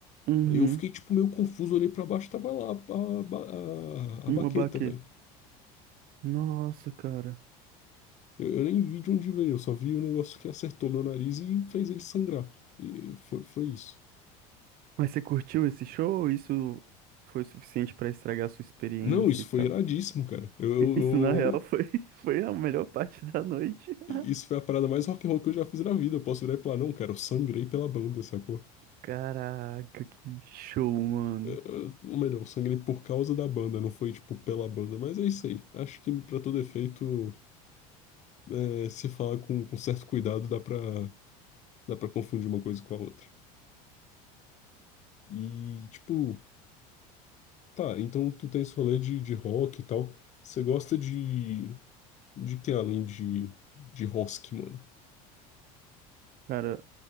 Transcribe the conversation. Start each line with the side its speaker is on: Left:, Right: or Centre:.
Right: Uhum,
Left: Aí eu fiquei, tipo, meio confuso, olhei pra baixo, tava lá a, a, ba- a,
Right: uma
Left: a baqueta,
Right: baqueta.
Left: velho.
Right: Nossa, cara.
Left: Eu, eu nem vi de onde veio, eu só vi o negócio que acertou meu nariz e fez ele sangrar. E foi, foi isso.
Right: Mas você curtiu esse show? Isso foi o suficiente pra estragar a sua experiência
Left: Não, isso
Right: e tal?
Left: foi iradíssimo, cara. Eu,
Right: <laughs> Isso na real foi,
Left: eu-
Right: <laughs> foi a melhor parte da noite. <laughs>
Left: isso foi a parada mais rock and roll que eu já fiz na vida. Eu posso virar e falar, não, cara, eu sangrei pela banda, sacou?
Right: Caraca, que show, mano.
Left: Eu- eu- Ou melhor, eu sangrei por causa da banda, não foi, tipo, pela banda. Mas é isso aí. Acho que, pra todo efeito, é, se falar com, com certo cuidado, dá pra, dá pra confundir uma coisa com a outra. E, tipo, tá, então tu tem esse rolê de, de rock e tal. Você gosta de, de que além de, de rock, mano?
Right: Cara,